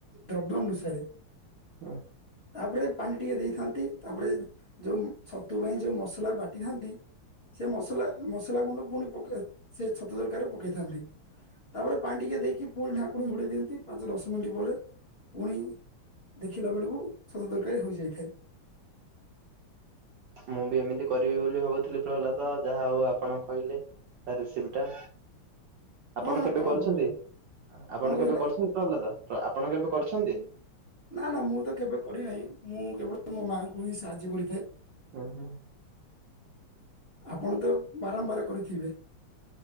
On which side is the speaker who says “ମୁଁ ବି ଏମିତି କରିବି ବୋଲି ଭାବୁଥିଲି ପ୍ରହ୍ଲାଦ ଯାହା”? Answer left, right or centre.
Right